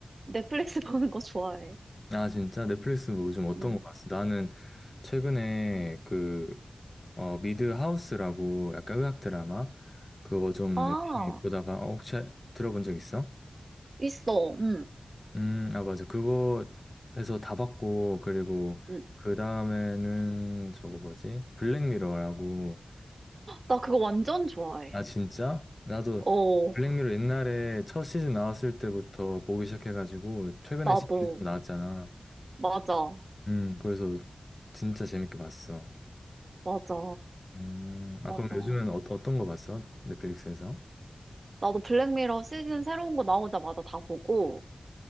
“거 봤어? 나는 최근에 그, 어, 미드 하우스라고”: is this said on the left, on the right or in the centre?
Left